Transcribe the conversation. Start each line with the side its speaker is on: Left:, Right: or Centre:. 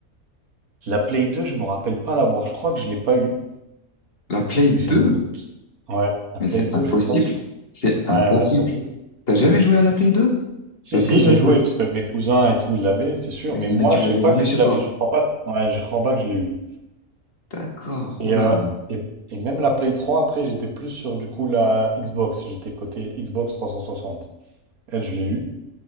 Right: La Play 2, je me rappelle pas l'avoir. Je crois que je l'ai pas eu.
Left: la Play 2?
Right: J'ai un doute. Ouais, la
Left: Mais
Right: Play
Left: c'est
Right: 2,
Left: impossible.
Right: je suis pas. sûr.
Left: C'est
Right: Ouais,
Left: impossible.
Right: ouais, t'as vu?
Left: T'as jamais joué à la Play 2?
Right: Si,
Left: T'as
Right: si,
Left: déjà
Right: j'ai
Left: joué.
Right: joué, parce que mes cousins et tout, ils l'avaient, c'est sûr.
Left: Mais,
Right: Mais moi,
Left: mais tu
Right: je
Left: l'avais
Right: sais pas
Left: jamais
Right: si
Left: chez
Right: je l'avais.
Left: toi.
Right: Je crois pas. Ouais, je crois pas que je l'ai eu.
Left: D'accord.
Right: Et,
Left: Oula.
Right: euh, et, et même la Play 3 après, j'étais plus sur du coup la Xbox. J'étais côté Xbox trois cent soixante Elle, je l'ai eu.